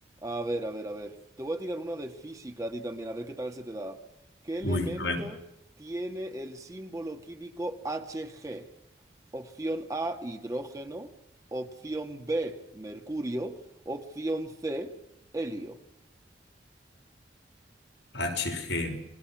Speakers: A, on the right; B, on the left.
A: A ver, a ver, a ver. Te voy a tirar una de física a ti también, a ver qué tal se te da. ¿Qué elemento
B: Uy, a ver.
A: tiene el símbolo químico Hg? Opción A, hidrógeno. Opción B, mercurio. Opción C, helio.
B: HG.